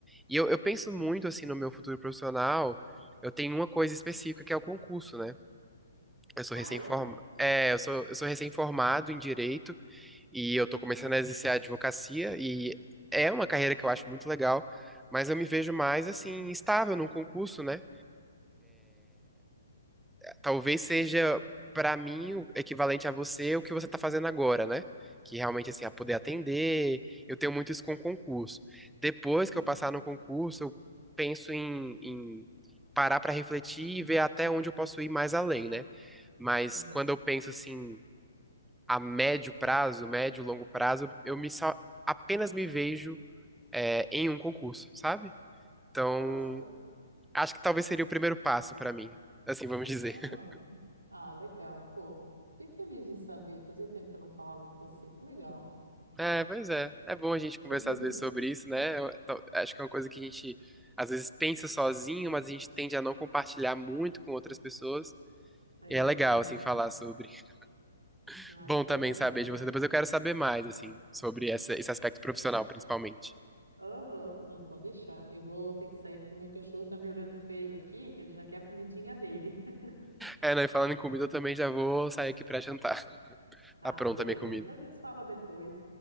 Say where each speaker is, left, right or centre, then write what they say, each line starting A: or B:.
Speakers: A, in the centre; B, on the right (about 80°).
A: E eu, eu penso muito, assim, no meu futuro profissional. Eu tenho uma coisa específica que é o concurso, né? Eu sou
B: Ah,
A: recém-form...
B: é?
A: é, eu sou, eu sou recém-formado em direito e eu tô começando a exercer a advocacia e é uma carreira que eu acho muito legal, mas eu me vejo mais, assim, estável num concurso, né? talvez seja
B: Entendo.
A: pra mim o equivalente a você o que você tá fazendo agora, né? Que realmente assim, a poder atender, eu tenho muito isso com concurso. Depois
B: Aham.
A: que eu passar no concurso, eu penso em, em parar pra refletir e ver até onde eu posso ir mais além, né? Mas
B: aham.
A: quando eu penso assim, a médio prazo, médio, longo prazo, eu me só apenas me vejo é, em um concurso, sabe? Então,
B: Olha só.
A: acho que talvez seria o primeiro passo pra mim, assim vamos dizer.
B: Aham. Ah, legal. Pô, fiquei feliz de saber. Fazia tempo que eu não falava com você. Que legal.
A: É, pois é. É bom a gente conversar
B: <laughs>
A: às vezes sobre isso, né? Eu to- acho que é uma coisa que a gente às vezes pensa sozinho, mas a gente tende a não compartilhar muito com outras pessoas.
B: É
A: E é legal,
B: verdade.
A: assim, falar sobre. <laughs>
B: Ah,
A: Bom
B: show
A: também
B: de bola.
A: saber de você. Depois eu quero saber mais, assim, sobre essa- esse aspecto profissional, principalmente.
B: Aham, Não, pode deixar. Eu vou ter que sair porque o meu cachorro tá me olhando feio aqui, que ele já quer a comidinha dele. <laughs>
A: É, não, e falando em comida, eu também já vou sair aqui pra jantar. <laughs>
B: Ah,
A: Tá pronta
B: beleza.
A: a minha comida.
B: Então a gente se fala depois.